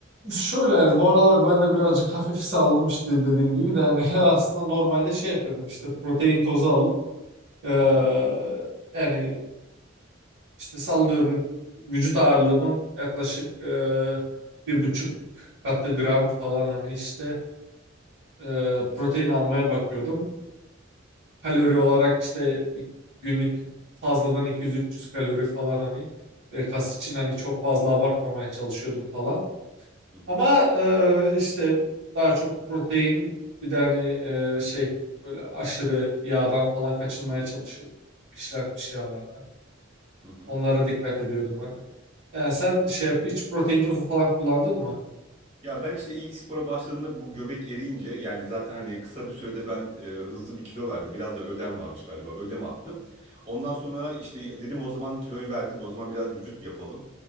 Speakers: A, on the right; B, on the right.
A: şöyle yani bu aralar ben de birazcık hafif saldım işte dediğim gibi de hani <laughs> aslında normalde şey yapıyordum işte protein tozu alıp eee,
B: Hı hı.
A: yani işte sallıyorum vücut ağırlığımın yaklaşık eee, bir buçuk katı gram falan hani işte e, protein almaya bakıyordum. Kalori olarak işte günlük fazladan iki yüz, üç yüz kalori falan hani e, kas için hani çok fazla abartmamaya çalışıyordum falan.
B: Hı hı.
A: Ama e, işte daha çok protein bir de hani e, şey böyle aşırı yağdan falan kaçınmaya çalışıyordum. İşlenmiş yağlardan.
B: Hı hı.
A: Onlara dikkat ediyordum hani. Yani sen şey yap, hiç protein tozu falan kullandın mı?
B: Ya ben işte ilk spora başladığımda bu göbek eriyince yani zaten hani kısa bir sürede ben e, hızlı bir kilo verdim. Biraz da ödem varmış galiba. Ödem attım. Ondan sonra işte dedim o zaman kiloyu verdik. O zaman biraz vücut yapalım